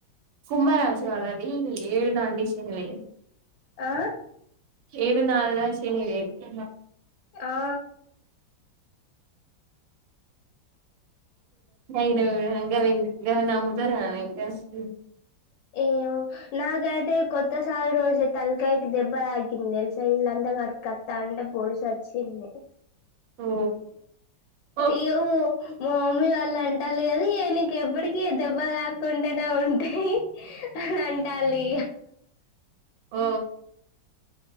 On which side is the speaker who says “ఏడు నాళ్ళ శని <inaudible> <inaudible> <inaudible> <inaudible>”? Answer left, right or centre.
Right